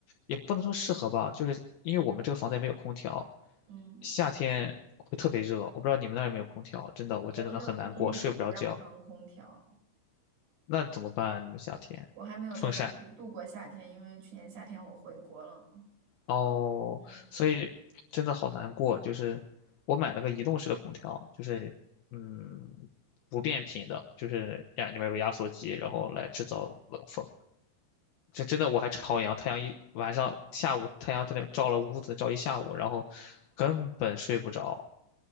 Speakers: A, on the left; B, on the right.
A: 也不能说适合吧，就是因为我们这个房子也没有空调，
B: 嗯，
A: 夏天会特别热。我不知道你们那儿有没有空调，真的，我真的很难过，
B: 我们这个公寓也不让装空调，
A: 睡不着觉。那怎么办啊你们夏天风扇
B: 我还没有在这儿度度过夏天，因为去年夏天我回国了，
A: 哦，
B: 嗯。
A: 所以真的好难过。就是我买了个移动式的空调，就是嗯不变频的，就是压里面有个压缩机，然后来制造冷风。这真的我还朝阳，太阳一晚上下午太阳在那照了屋子照一下午，然后根本睡不着。